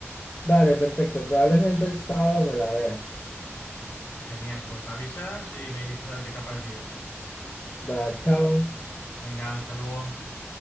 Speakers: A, on the left; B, on the left.
A: Vale, perfecto. Probablemente el sábado me la vea.
B: Genial, pues me avisas y me dices a ver qué te ha parecido.
A: Va, chao.
B: Venga, hasta luego.